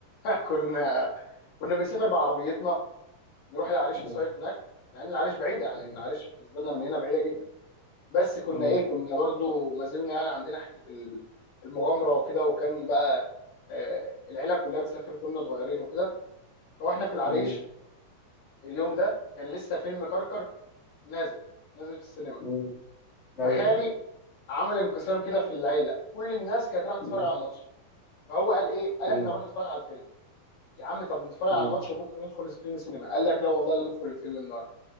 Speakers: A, on the left; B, on the left.
A: كنا كنا بنسافر بعربيتنا نروح العريش
B: مم.
A: نصيف هناك مع ان العريش بعيده يعني
B: مم.
A: العريش بالنسبه لنا من هنا بعيده جدا بس كنا
B: مم.
A: ايه كنا برضو ما زلنا يعني عندنا حته ال- المغامره وكده وكان بقى آه، العيله كلها بتسافر كنا صغيرين وكده فاحنا في العريش
B: مم.
A: اليوم ده كان لسه فيلم كركر نازل نازل في السينما
B: مم. ايوه
A: فخالي عمل انقسام كده في العيله كل الناس كانت رايحه تتفرج
B: مم.
A: على الماتش فهو قال ايه قال
B: مم.
A: احنا نروح نتفرج على الفيلم يا عم طب نتفرج
B: مم.
A: على الماتش وبكره ندخل فيلم سينما قال لك لا والله لا ندخل الفيلم النهارده